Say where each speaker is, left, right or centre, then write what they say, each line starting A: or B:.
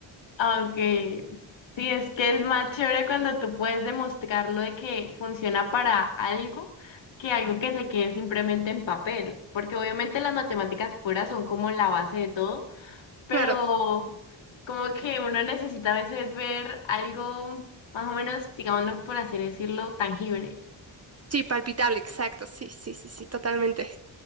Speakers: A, on the left; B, on the right.
A: aunque sí, es que es más chévere cuando tú puedes demostrarlo de que funciona para algo que algo que se quede simplemente en papel, porque obviamente las matemáticas puras son como la base de todo, pero
B: Claro,
A: como que uno necesita a veces ver algo más o menos, digamos, no por así decirlo, tangible.
B: sí, palpitable, exacto. Sí, sí, sí, sí, totalmente.